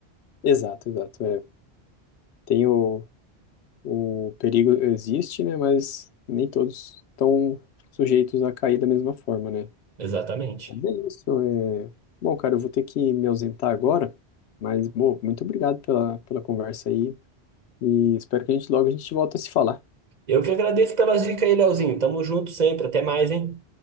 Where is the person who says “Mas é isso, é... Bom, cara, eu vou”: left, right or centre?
Left